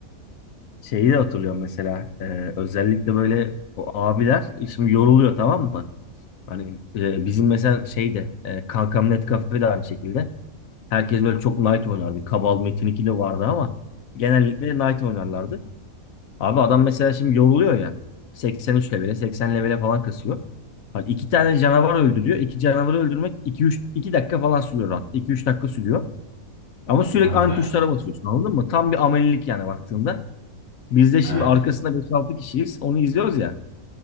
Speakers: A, on the left; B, on the right.
A: Şeyi de hatırlıyorum mesela e, özellikle böyle o abiler şimdi yoruluyor tamam mı? Hani e, bizim mesela şeyde e, Kankam Net Cafe de aynı şekilde. Herkes böyle çok Knight oynar. Bir Kabal Metin 2 de vardı ama genellikle Knight oynarlardı. Abi adam mesela şimdi yoruluyor ya. 83 levele, 80 levele falan kasıyor. Hani iki tane canavar öldürüyor. İki canavarı öldürmek 2-3 2 dakika falan sürüyor rahat. 2-3 dakika sürüyor. Ama sürekli
B: Evet
A: aynı
B: evet.
A: tuşlara basıyorsun anladın mı? Tam bir amelilik yani baktığında. Biz de şimdi
B: Evet.
A: arkasında 5-6 kişiyiz. Onu izliyoruz ya.